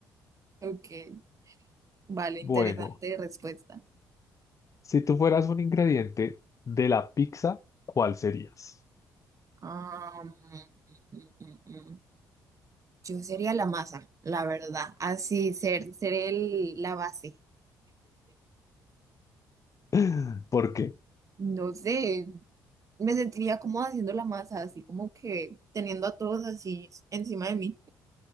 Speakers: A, on the right; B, on the left.
A: ok, vale, interesante
B: Bueno,
A: respuesta.
B: si tú fueras un ingrediente de la pizza, ¿cuál serías?
A: Ah, mm, mm, mm, mm. Yo sería la masa, la verdad, así ser, ser el, la base.
B: <laughs> ¿Por qué?
A: No sé, me sentiría como haciendo la masa, así como que teniendo a todos así encima de mí.